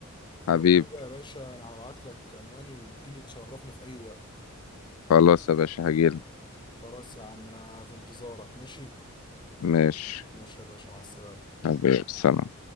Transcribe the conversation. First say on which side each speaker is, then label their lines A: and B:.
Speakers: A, on the left; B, on the left.
A: فلو
B: حبيب
A: كده يا باشا انا هبعت لك عنواني وتجيلي تشرفني في اي وقت
B: خلاص يا باشا هجيلك
A: خلاص يا عم انا في انتظارك ماشي
B: ماشي
A: ماشي يا باشا مع السلامة
B: حبيب سلام